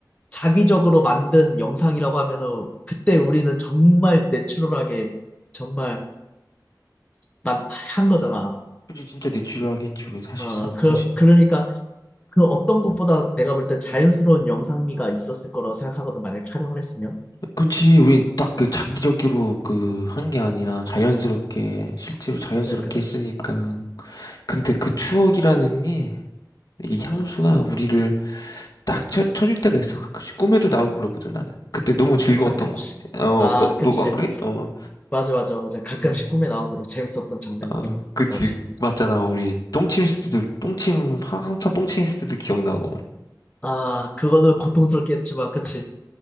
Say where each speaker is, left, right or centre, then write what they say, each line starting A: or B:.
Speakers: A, on the left (about 20°); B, on the left (about 60°).
A: 자기적으로 만든 영상이라고 하면은 그때 우리는 정말 내추럴하게 정말 만- 한 거잖아.
B: 그치, 진짜 내 치료하겠지, 우린 사실상,
A: 어, 그,
B: 사실.
A: 그러니까 그 어떤 것보다 내가 볼 때 자연스러운 영상미가 있었을 거라고 생각하거든, 만약 촬영을 했으면.
B: 그치, 우린 딱 그 자기적으로 그 한 게 아니라 자연스럽게, 실제로 자연스럽게
A: 그러니까
B: 했으니까. 근데 그 추억이라는 게, 이 향수가 우리를 딱 쳐, 쳐줄 때가 있어. 가끔씩 꿈에도 나오고 그러거든, 나는. 그때 너무 즐거웠던
A: 가끔씩.
B: 것 같아. 어,
A: 아,
B: 너,
A: 그치.
B: 너 안 그래? 어,
A: 맞아, 맞아, 맞아. 가끔씩
B: 응.
A: 꿈에 나오고 그래. 재밌었던 장면들은.
B: 어, 그치.
A: 맞아.
B: 맞잖아, 우리 똥침 했을 때도, 똥침, 한- 한참 똥침 했을 때도 기억나고.
A: 아, 그거는 고통스럽게 했지만, 그치. <laughs>